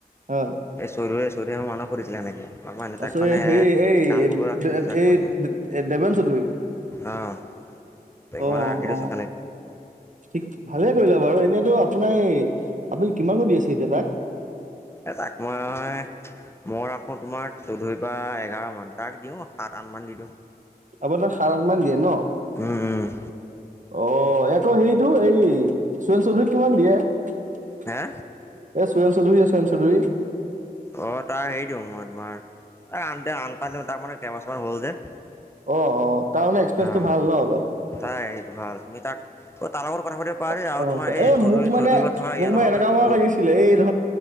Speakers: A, on the right; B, on the left.
A: হয়
B: এই চৈধুৰীয়ে, চৌধুৰীয়ে মানুহ সুধিছিলে সেনেকৈ মানে
A: তাৰপিছত
B: তাক মানে
A: এই হেৰি এই
B: কাম কৰিব ৰাখি থৈছো তাক
A: এই
B: মানে
A: দেবেন চৌধুৰী
B: অ' তাক
A: অ
B: মানে ৰাখি থৈছোঁ।
A: অ ঠিক ভালেই কৰিলা বাৰু এনেইতো আপোনাৰ আপুনি কিমাননো দি আছে এতিয়া তাক।
B: এ তাক মই মই ৰাখো তোমাৰ চৌধুৰ পৰা এঘাৰ মান তাক দিওঁ সাত আঠ মান দি দিওঁ।
A: আপুনাৰ সাৰ অকন মান দিয়ে ন।
B: উম-উম,
A: অ' এক হেইতো এই সোৰেণ চৌধুৰীক কিমান দিয়ে এ
B: হে
A: চোৰেণ চৌধুৰী-চৌধুৰী। চৌধুৰী
B: অ' তাৰ হেৰি দিওঁ মই তোমাৰ ত আন আনপা দিওঁ তাৰ মানে কেইবছমান হ'ল যে।
A: অ-অ তাৰ মমানে এক্সপিৰিয়েন্ঞ্চটো
B: অঁ
A: ভাল ন অলপ।
B: তাই সেইটো ভাল তুমি তাক অ তাৰ লগত কথা পাতিব পাৰা
A: অ-অ
B: দেই আৰু তোমাৰ
A: এই
B: চৌধুৰী
A: মোক মানে
B: চৌধুৰী ঘৰত থকা
A: মোক
B: ইয়াৰ
A: মানে
B: লগত
A: এনেকা মানুহ লাগিছিলে এই ধ